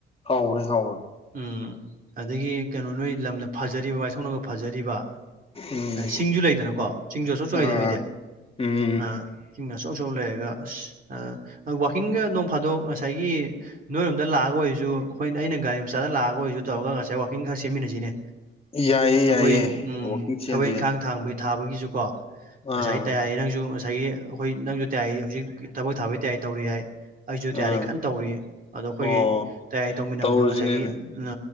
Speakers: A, on the left; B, on the right.
A: ꯍꯥꯎꯅꯦ ꯍꯥꯎꯅꯦ
B: ꯎꯝ ꯑꯗꯒꯤ ꯀꯩꯅꯣ ꯅꯣꯏ ꯂꯝꯅ ꯐꯖꯔꯤꯕ ꯋꯥꯏꯁꯣꯛꯂꯒ ꯐꯖꯔꯤꯕ
A: ꯎꯝ
B: ꯆꯤꯡꯁꯨ ꯂꯩꯗꯅꯀꯣ ꯆꯤꯡꯁꯨ ꯑꯆꯧ ꯑꯆꯂ
A: ꯑꯥ
B: ꯂꯩꯗ ꯅꯣꯏꯗꯤ
A: ꯎꯝ
B: ꯑꯥ ꯤꯡꯒ ꯑꯆꯧ ꯑꯆꯧ ꯂꯩꯔꯒ ꯑꯁ ꯋꯥꯋꯥꯛꯀꯤꯡꯒ ꯅꯣꯡ ꯐꯥꯗꯣꯛ ꯉꯁꯥꯏꯒꯤ ꯅꯣꯏꯔꯣꯝꯗ ꯂꯥꯛꯑꯒ ꯑꯣꯏꯔꯁꯨ ꯑꯩꯈꯣꯏ ꯑꯩꯅ ꯒꯥꯔꯤ ꯃꯆꯥꯗ ꯂꯥꯛꯑꯒ ꯑꯣꯏꯔꯁꯨ ꯇꯧꯔꯒ ꯉꯁꯥꯏ ꯋꯥꯛꯀꯤꯡ ꯈꯔ ꯁꯦꯝꯃꯤꯟꯅꯁꯤꯅꯦ
A: ꯌꯥꯏꯌꯦ ꯌꯥꯏꯌꯦ
B: ꯑꯩꯈꯣꯏ ꯎꯝ
A: ꯋꯥꯛꯀꯤꯡ ꯆꯦꯟꯁꯦ
B: ꯊꯕꯛ ꯏꯪꯈꯥꯡ ꯊꯥꯡꯕꯩ ꯊꯥꯕꯒꯤꯁꯨꯀꯣ ꯉꯁꯥꯏ
A: ꯑꯥ
B: ꯇꯌꯥꯔꯤꯔꯪꯁꯨ ꯉꯁꯥꯏꯒꯤ ꯑꯩꯈꯣꯏ ꯅꯪꯁꯨ ꯇꯥꯏꯏ ꯍꯧꯖꯤꯛꯀꯤ ꯊꯕꯛ ꯊꯥꯕ ꯇ ꯇꯧꯔꯤ ꯍꯥꯏ ꯑꯩꯁꯨ ꯇꯌꯥꯔꯤ
A: ꯑꯥ
B: ꯀꯟꯅ ꯇꯧꯔꯤ ꯑꯗꯣ ꯑꯩꯈꯣꯏꯒꯤ
A: ꯑꯣ
B: ꯇꯌꯥꯔꯤ ꯇꯧꯃꯤꯟꯅꯕꯗꯣ
A: ꯇꯧꯔꯁꯤꯅꯦ
B: ꯉꯁꯥꯏꯒꯤ
A: ꯑꯗꯨꯗꯤ
B: ꯎꯝ